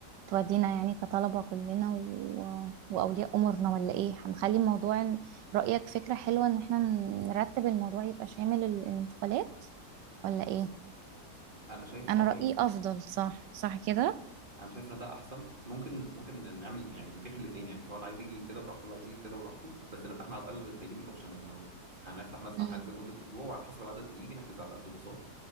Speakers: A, on the right; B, on the right.
A: تودينا يعني كطلبة كلنا و... وأولياء أمورنا ولا إيه هنخلي الموضوع ن- رأيك فكرة حلوة إن إحنا نرتب الموضوع يبقى شامل ال- الانتقالات ولا إيه
B: انا شايف
A: أنا
B: اه
A: رأيي
B: هيبقى
A: أفضل صح صح كده
B: انا شايف ان ده احسن ممكن ممكن نعمل يعني نتيح الاثنين يعني اللي هو اللي عايز يجي كده براحته واللي عايز يجي كده براحته بس نبقى احنا على الاقل سايبين الاوبشن انه هنفتح مثلا
A: مم.
B: حجز لمده اسبوع وعلى حسب العدد اللي يجي نحجز على قده باصات